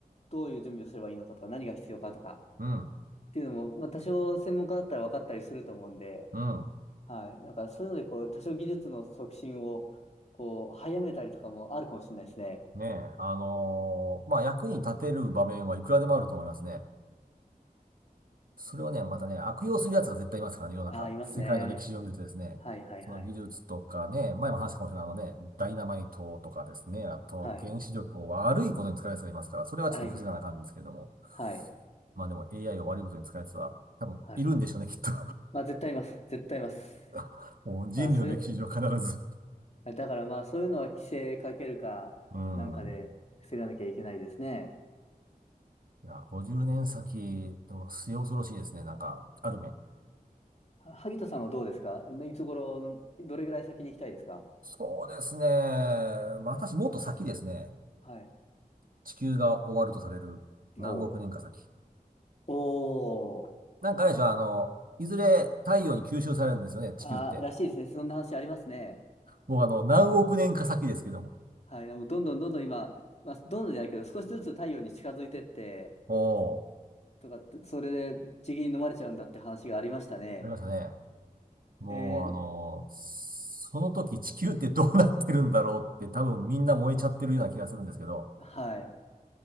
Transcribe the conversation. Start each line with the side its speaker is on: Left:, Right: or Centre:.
Left: どういう準備をすればいいのかとか、何が必要かとか
Right: うん、
Left: っていうのも、まあ多少専門家だったら分かったりすると思うんで、
Right: うん。
Left: はい。なんかそういうので、こう、多少技術の促進を、こう、早めたりとかもあるかもしれないですね。
Right: ねえ、あのーまあ、役に立てる場面はいくらでもあると思いますね。それをね、またね、悪用する奴が絶対いますからね、世の中。
Left: ああ、いますね。
Right: 世界の歴史を見るとですね、
Left: はいはいはい。
Right: その技術とかね、前も話したかもしれないあのね、ダイナマイトとかですね、あと原子力を悪いことに使う奴がいますから、
Left: はい。
Right: それはちょっと防がなあかんんですけども。
Left: はい。はい。
Right: まあでも AI を悪いことに使う奴は多分いるんでしょうね、
Left: はい。
Right: きっと。
Left: まあ絶対います。絶対います。
Right: <laughs> もう人類の歴史上必ず。
Left: まあそれ、だからまあそういうのは規制かけるかなんかで防がなきゃいけないですね。
Right: うん。いや、50年先、でも末恐ろしいですね、なんか、ある面。
Left: は萩田さんはどうですかいつ頃の、どれぐらい先に行きたいですか
Right: そうですね。私、もっと先ですね。
Left: はい。
Right: 地球が終わるとされる何億年か先。
Left: おうおー。
Right: なんかあれでしょ、あの、いずれ太陽に吸収されるんですよね、地球って。
Left: ああ、らしいですね。そんな話ありますね。
Right: もうあの、何億年か先ですけども。
Left: はい。でもどんどんどんどん今、まあどんどんじゃないけど少しずつ太陽に近づいてって
Right: おー、
Left: とかって、それで地銀に飲まれちゃうんだって話がありましたね。
Right: ありましたね。もうあの、
Left: えー
Right: その時地球ってどうなってるんだろうって多分みんな燃えちゃってるような気がするんですけど、
Left: はい。